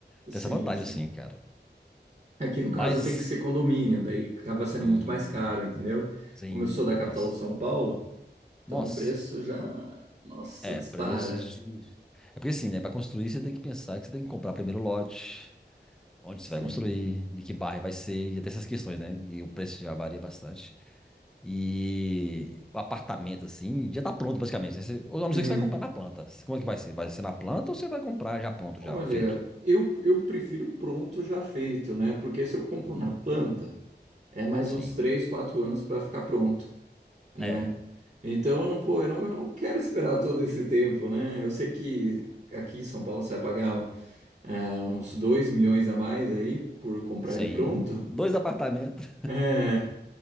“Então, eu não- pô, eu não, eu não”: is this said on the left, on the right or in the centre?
Right